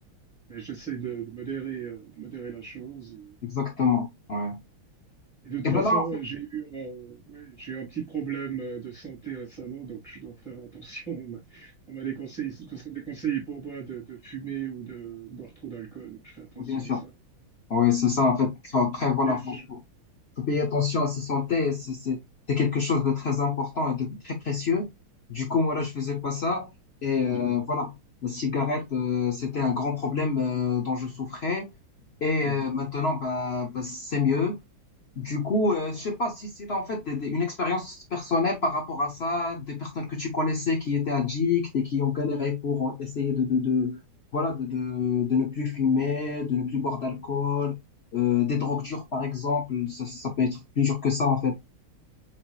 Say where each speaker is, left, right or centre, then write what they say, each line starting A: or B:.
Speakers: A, on the left (about 15°); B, on the left (about 80°).
A: Mais j'essaie de, de modérer, euh, de modérer la chose.
B: exactement. Ouais.
A: Et de toute
B: Et
A: façon,
B: ben là, en fait,
A: j'ai eu, euh, ouais, j'ai eu un petit problème euh, de santé récemment, donc je dois faire attention. <laughs> On m'a on m'a déconseillé, surtout ça déconseille pour moi de, de fumer ou de boire trop d'alcool, donc je fais attention
B: ouais, bien sûr.
A: à ça.
B: Oui, c'est ça, en fait. Enfin, Après, voilà,
A: Mais je...
B: faut, faut, faut payer attention à sa santé. C'est c'est- c'est quelque chose de très important et de très précieux. Du coup, moi, là, je faisais pas ça. Et
A: Exactement.
B: euh, voilà, la cigarette, euh, c'était un grand problème euh, dont je souffrais. Et
A: Mhm.
B: euh, maintenant, bah, bah, c'est mieux. Du coup, euh, je sais pas si c'est en fait des- des- une expérience personnelle par rapport à ça, des personnes que tu connaissais qui étaient addictes et qui ont galéré pour euh, essayer de, de, de voilà de, de, de ne plus fumer, de ne plus boire d'alcool, euh, des drogues dures par exemple, ça, ça peut être plus dur que ça en fait.